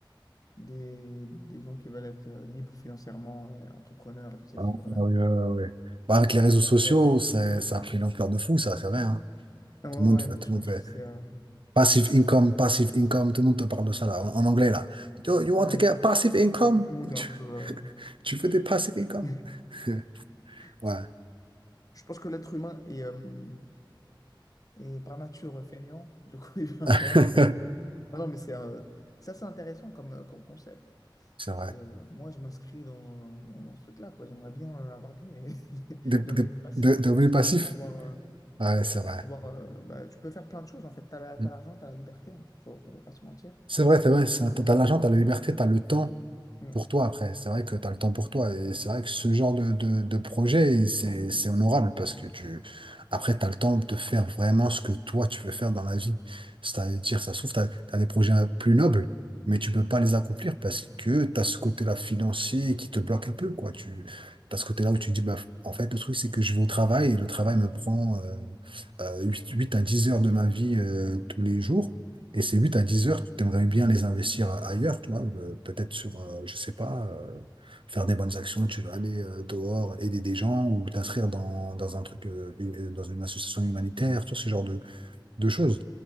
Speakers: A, on the left; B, on the right.
A: des, des gens qui veulent être euh, libres financièrement, euh, entrepreneurs et toute cette
B: ouais,
A: fibre-là.
B: ouais, ouais, ouais. Bah, avec les réseaux sociaux,
A: Donc, euh,
B: c'est- ça a pris l'ampleur de fou, ça, c'est vrai. hein.
A: ouais,
B: Tout
A: ouais,
B: le monde,
A: ouais,
B: fait-
A: donc
B: tout
A: je
B: le
A: pense
B: monde fait.
A: que c'est... euh,
B: Passive income, passive income, tout le monde te parle de ça là, en, en anglais là. Yo, you
A: ouais,
B: want to get passive income?
A: je pense que tout le monde est
B: Tu,
A: un peu...
B: tu veux des passive income?
A: euh, <laughs>
B: <laughs>
A: je,
B: Ouais,
A: je pense que l'être humain est, euh, est par nature feignant. Du coup, <laughs> il va
B: <laughs>
A: avoir de... Non, non, mais c'est... euh, ça, c'est intéressant comme, euh, comme concept.
B: c'est vrai.
A: Et euh, moi, je m'inscris dans, dans, dans ce truc-là, quoi. J'aimerais bien euh, avoir des, <laughs>
B: Des, des-
A: des revenus passifs
B: de- de revenus passifs?
A: pour pouvoir... euh,
B: Ouais, c'est vrai.
A: pour pouvoir euh, bah, tu peux faire plein de choses, en fait. Tu as la, t'as
B: Mm.
A: l'argent, tu as la liberté. hein. Faut, faut pas se mentir.
B: C'est vrai, c'est vrai, ça- t'as t'as l'argent, t'as la liberté, t'as le temps
A: Mm.
B: pour toi après. C'est vrai que t'as le temps pour toi. Et c'est vrai que ce genre de, de, de projet, c'est, c'est honorable parce que tu, après, t'as le temps de faire vraiment ce que toi, tu veux faire dans la vie. C'est-à-dire, ça se trouve, t'as, t'as des projets plus nobles, mais tu peux pas les accomplir parce que t'as ce côté-là financier qui te bloque un peu, quoi. Tu, t'as ce côté-là où tu te dis, bah, en fait, le truc, c'est que je vais au travail et le travail me prend euh, euh, 8, à 10 heures de ma vie euh, tous les jours. Et ces 8 à 10 heures, tu aimerais bien les investir ailleurs, tu vois, euh, peut-être sur, euh, je sais pas, euh, faire des bonnes actions, tu vas aller euh, dehors, aider des gens ou t'inscrire dans, dans un truc, euh, une- dans une association humanitaire, tu vois, ce genre de, de choses.